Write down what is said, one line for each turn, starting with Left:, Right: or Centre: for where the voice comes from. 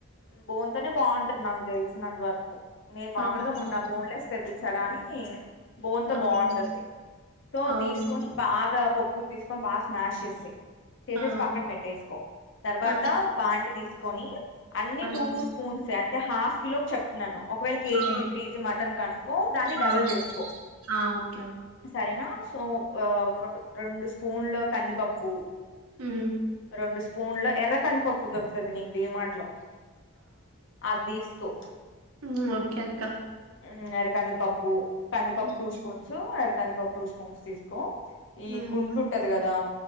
Left: బోన్ తోనే బాగుంటది నాకు తెలిసినంత వరకు. నేను మామూలుగా
Right: అవును.
Left: మొన్న బోన్లెస్ తెప్పించా గానీ బోన్ తో
Right: అవును.
Left: బాగుంటుంది. సో
Right: అవును.
Left: తీసుకొని బాగా పప్పుగుత్తి తీసుకొని బాగా స్మాష్ చేసి చేసేసి
Right: ఆ!
Left: పక్కన పెట్టేసుకో. తర్వాత
Right: ఆ!
Left: బాండి తీసుకొని అన్ని
Right: అవును.
Left: టూ, టూ స్పూన్సే అంటే హాఫ్ కిలోకి చెప్తున్నాను. ఒకవేళ కేజీ
Right: ఆ!
Left: కేజీ మటన్కనుకో దాన్ని డబుల్
Right: ఆ!
Left: చేసుకో.
Right: ఆ! ఓకే. ఓకే.
Left: సరేనా సో ఓ రొండు రొండ స్పూ మూన్ లో కందిపప్పు
Right: హ్మ్.
Left: రెండు స్పూన్ల ఎర్ర కందిపప్పు దొరుకుతది నీకు డిమార్ట్ లో, అది తీస్కో
Right: మ్మ్ ఓకే అక్క.
Left: మ్ ఎర్ర కందిపప్పు కందిపప్పు
Right: హ్మ్.
Left: టూ స్పూన్స్, ఎర్ర కందిపప్పు టూ స్పూన్స్ తీసుకో, ఈ
Right: హ్మ్.
Left: గుండ్లుంటది కదా